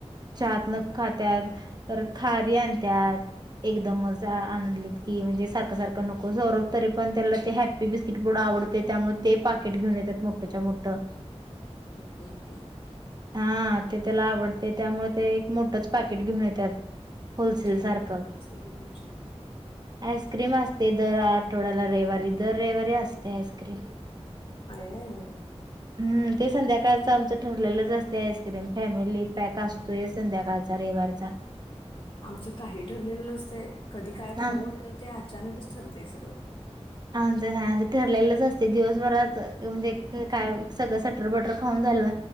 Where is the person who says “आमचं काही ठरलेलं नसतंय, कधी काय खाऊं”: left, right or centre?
Left